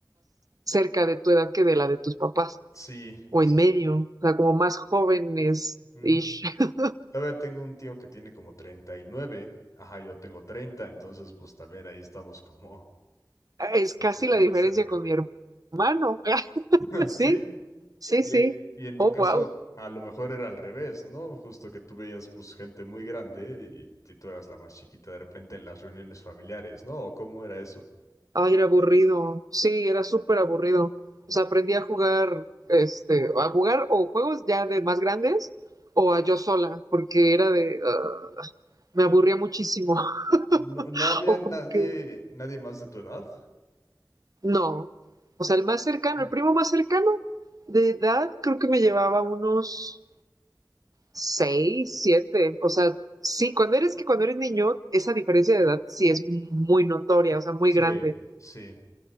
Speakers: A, on the right; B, on the left.
A: cerca de tu edad que de la de tus papás,
B: Sí,
A: o
B: sí.
A: en medio, o sea, como más jóvenes.
B: ujú.
A: Y <laughs>
B: Todavía tengo un tío que tiene como treinta y nueve ajá, yo tengo treinta entonces pues también ahí estamos como,
A: es
B: <laughs>
A: casi
B: no sé, como
A: la diferencia
B: cerca.
A: con mi hermano. <laughs>
B: <laughs> Sí,
A: sí, sí,
B: y
A: sí.
B: en, Sí. y en
A: Oh,
B: tu caso
A: wow.
B: a lo mejor era al revés, ¿no? Justo que tú veías pues gente muy grande y, y tú eras la más chiquita de repente en las reuniones familiares, ¿no? ¿O cómo era eso?
A: Ay, era aburrido. Sí, era súper aburrido. O sea, aprendí a jugar, este, a jugar o juegos ya de más grandes o a yo sola, porque era de, ah, me aburría muchísimo. <laughs>
B: No, no había
A: O
B: nadie,
A: como que,
B: nadie más de tu edad.
A: no. O sea, el más cercano,
B: Uh.
A: el primo más cercano de edad, creo que me llevaba unos seis, siete. O sea, sí, cuando eres que cuando eres niño, esa diferencia de edad sí es muy notoria, o sea, muy
B: Sí,
A: grande.
B: sí.